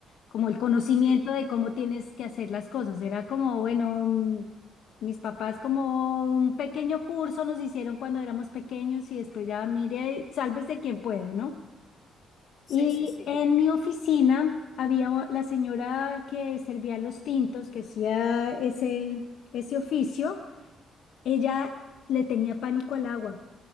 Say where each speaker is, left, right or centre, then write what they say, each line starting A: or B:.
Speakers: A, on the left; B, on the left.
A: Como el conocimiento
B: Sí,
A: de cómo tienes que hacer las cosas. Era como, bueno, mm, mis papás como un pequeño curso nos hicieron cuando éramos pequeños y después ya mire, sálvese quien pueda, ¿no?
B: sí,
A: Y
B: sí, sí.
A: en mi oficina había o- la señora que servía los tintos, que hacía ese, ese oficio, ella le tenía pánico al agua